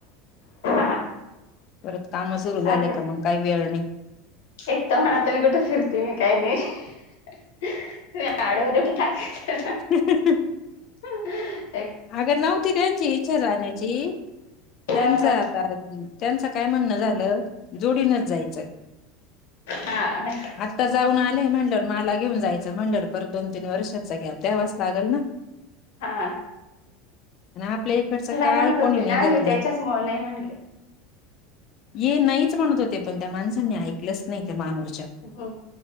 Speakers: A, on the left; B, on the left.
A: हा
B: परत काम सुरु झाले
A: सारखं
B: का मग काही वेळ नाही.
A: एक तर म्हणात मी कुठे फिरती नाही काही नाही. तुम्ही आडव पण टाकाय
B: ह
A: ह <unintelligible>
B: अगं नव्हती त्यांची इच्छा राण्याची
A: हा
B: त्यांचा
A: हा
B: त्यांचं काय म्हणणं झालं. जोडीनच जायचं.
A: हा
B: ता जाऊन आले मंडळ मला घेऊन जायचं मंडळ परत दोन तीन वर्षाचा गॅप द्यावास लागेल ना.
A: हां.
B: आणि आपल्या इकडचं काय
A: म्हणत
B: कोणी
A: होते
B: निघत
A: ना हे
B: नाही.
A: त्याच्याच मुळे नाही म्हंटले
B: ये नाहीच म्हणत होते पण त्या माणसांनी ऐकलंच नाही ते मानूरच्या
A: हम्